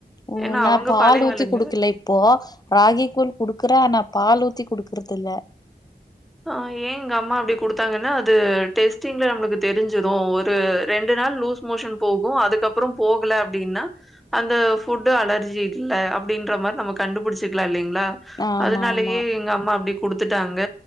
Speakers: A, on the left; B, in the centre.
A: ஓ
B: ஏன்னா
A: நா
B: அவங்க
A: பால்
B: பழைய
A: ஊத்தி
B: ஆளுங்க.
A: குடுக்கல இப்போ ராகி கோள் குடுக்குறேன் ஆனா பால் ஊத்தி குடுக்குறது இல்ல
B: ஆஹ் ஏன் இங்க அம்மா அப்படி குடுத்தாங்கன்னா அது டெஸ்டிங்ல நம்மளுக்கு தெரிஞ்சிடும் ஒரு ரெண்டு நாள் லூஸ் மோஷன் போகும் அதுக்கப்புறம் போகல அப்படின்னா அந்த ஃபுட்டு அலர்ஜி இல்ல அப்படின்ற மாரி நம்ம கண்டுபிடிச்சிக்கலாம் இல்லைங் களா
A: ஆமா
B: அதனாலயே
A: ஆமா
B: எங்க அம்மா அப்படி கொடுத் த்துட்டாங்க